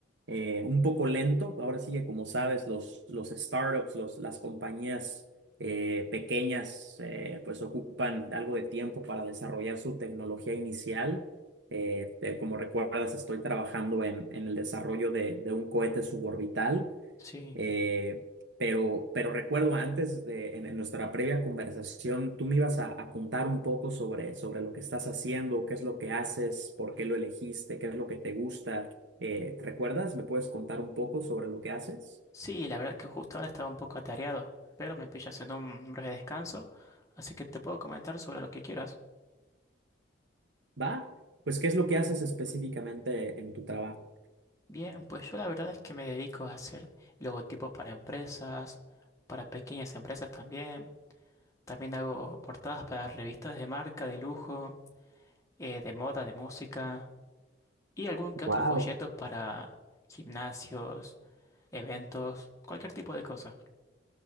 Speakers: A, on the right (about 70°); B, on the left (about 15°).
A: eh, un poco lento. Ahora sí que, como sabes, los, los startups, los, las compañías eh, pequeñas, eh, pues ocupan algo de tiempo para desarrollar su tecnología inicial. Eh, eh, como recuerdas, estoy trabajando en, en el desarrollo de, de un cohete suborbital.
B: Sí,
A: Eh, pero, pero recuerdo antes de en, en nuestra previa conversación, tú me ibas a, a contar un poco sobre, sobre lo que estás haciendo, qué es lo que haces, por qué lo elegiste, qué es lo que te gusta. Eh, ¿recuerdas? ¿Me puedes contar un poco sobre lo que haces?
B: sí, la verdad que justo ahora estaba un poco atareado, pero me pillas en un breve descanso, así que te puedo comentar sobre lo que quieras.
A: ¿Va? Pues, ¿qué es lo que haces específicamente en tu trabajo?
B: Bien, pues yo la verdad es que me dedico a hacer logotipos para empresas, para pequeñas empresas también. También hago portadas para revistas de marca, de lujo, eh, de moda, de música y algún que
A: Wow.
B: otro folletos para gimnasios, eventos, cualquier tipo de cosa.